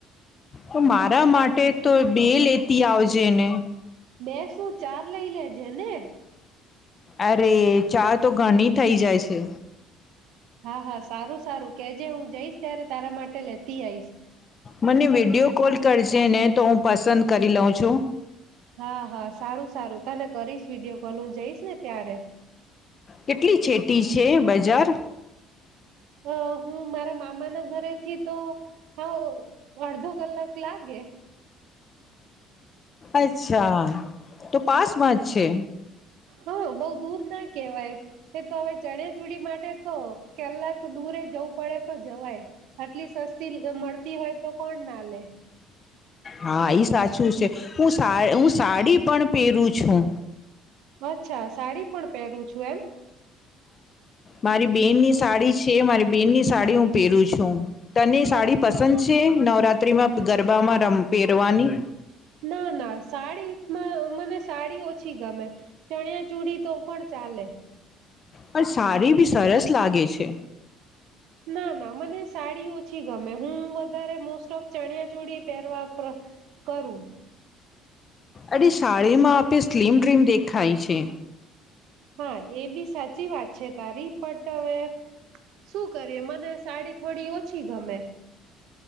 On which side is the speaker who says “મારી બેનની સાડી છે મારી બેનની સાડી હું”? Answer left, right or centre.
Left